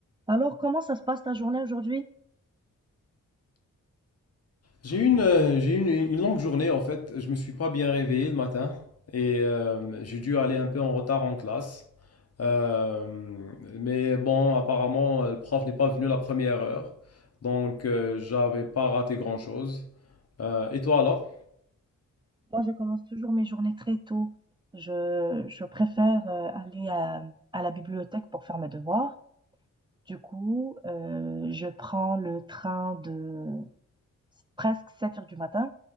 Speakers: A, on the right; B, on the left.
A: Alors, comment ça se passe ta journée aujourd'hui?
B: J'ai eu une, euh, j'ai eu une, une longue journée en fait. Je me suis pas bien réveillé le matin et euh, j'ai dû aller un peu en retard en classe. Euh, mais bon, apparemment, euh, le prof n'est pas venu la première heure, donc euh, j'avais pas raté grand-chose. Euh, et toi alors?
A: Moi, je commence toujours mes journées très tôt. Je, je préfère euh, aller à, à la bibliothèque pour faire mes devoirs. Du coup, euh, je prends le train de presque 7 heures du matin.